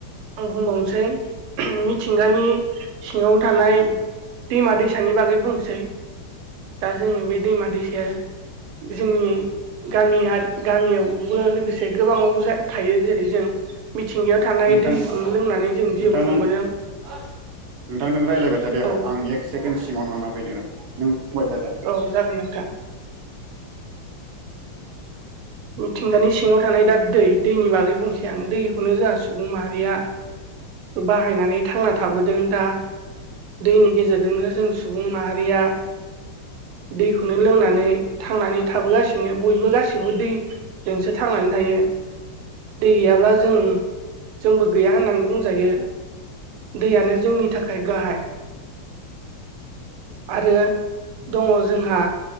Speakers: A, on the right (about 85°); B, on the right (about 65°).
A: आं बुंबावनसै मिथिंगानि सिङावनो थानाय दैमा दैसानि बागै बुंसै। दा जोङो बे दैमा दैसाया जोंनि गामि हाथ गामियाव बो लोगोसे गोबाङावबो जा थायो जेरै जों मिथिंगायाव थानाय
B: नोंथां
A: दैखौनो
B: नोंथां
A: लोंनानै जों जिउ खुंबोदों।
B: नों नोंथां नों रायज्लायबाय थादे
A: औ
B: आं एक सेकेण्ड सिङाव थांना फैनो र' नों बुंबाय थादो
A: औ जागोन नोंथां। मिथिंगानि सिङाव थानाय दा दै दैनि बागै बुंसै आं दैखौनो जोहा सुबुं माहारिया बाहायनानै थांना थाबोदों दा दैनि गेजेरजोंनो जों सुबुं माहारिया दैखौनो लोंनानै थांनानै थाबोगासिनो बयबो गासिबो दै जोंसो थांनानै थायो। दै गैयाब्ला जों जोंबो गैया होननानै बुंजायो। दैयानो जोंनि थाखाय गाहाय आरो दङ जोंहा